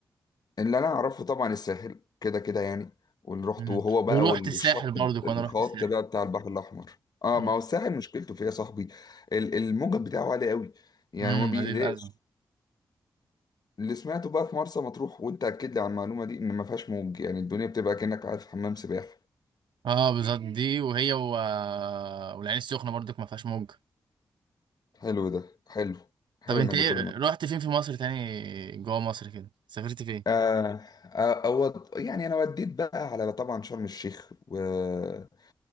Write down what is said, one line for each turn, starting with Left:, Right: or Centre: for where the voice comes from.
Left: اللي انا اعرفه طبعا الساحل كده كده يعني واللي رحته
Right: مم.
Left: وهو بقى
Right: ورحت
Left: والشط
Right: الساحل برضو كنا
Left: الخط
Right: رحت الساحل
Left: بقى بتاع البحر الاحمر اه
Right: مم.
Left: ما هو الساحل مشكلته فيها يا صاحبي ال- الموجة بتاعه عالي قوي يعني
Right: امم
Left: ما بيهداش
Right: دي الازمه
Left: اللي سمعته بقى في مرسى مطروح وانت اكد لي على المعلومه دي ان ما فيهاش موج يعني الدنيا بتبقى كانك قاعد في حمام سباحه
Right: اه بالظبط دي وهي و... والعين السخنه برضك ما فيهاش موج
Left: حلو ده حلو حلو
Right: طب انت
Left: انك
Right: ايه
Left: بتقول الموضوع
Right: رحت فين في مصر تاني جوه مصر كده سافرت فين
Left: آه آه، أود يعني انا وديت بقى على طبعا شرم الشيخ وشرم